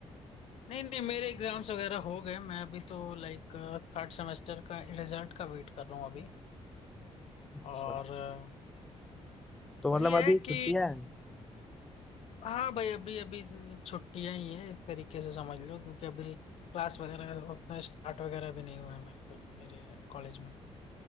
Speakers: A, on the left (about 60°); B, in the centre.
A: नहीं नहीं मेरे एग्जाम्स वगैरह हो गए मैं अभी तो लाइक थर्ड सेमेस्टर का रिजल्ट का वेट कर रहा हूँ अभी
B: अच्छा
A: और अ,
B: तो
A: वही
B: मतलब अभी
A: है कि
B: छुट्टियां हैं
A: हाँ भाई अभी अभी छुट्टियां ही है एक तरीके से समझ लो क्योंकि अभी क्लास वगैरह उतना स्टार्ट वगैरह भी नहीं हुआ है मेरे तरफ मेरे कॉलेज में